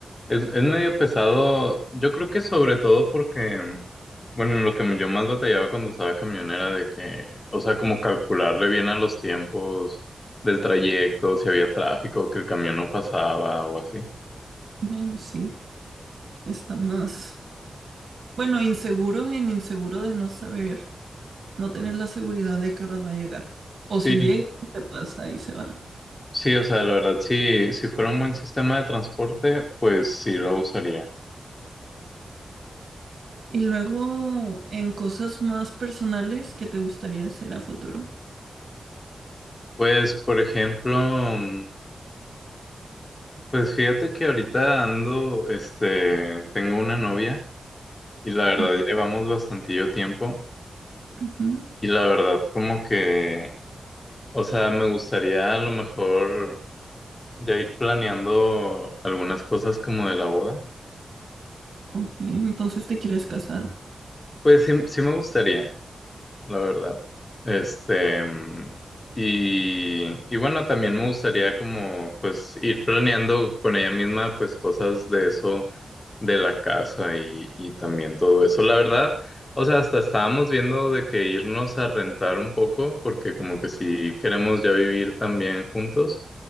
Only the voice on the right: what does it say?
Bueno, sí, está más. Bueno, inseguro en inseguro de no saber, no tener la seguridad de que horas va a llegar. O
si llega, te pasa y se va.
Y luego en cosas más personales que te gustaría hacer a futuro.
Ujú,
ujú,
ok, Entonces te quieres casar.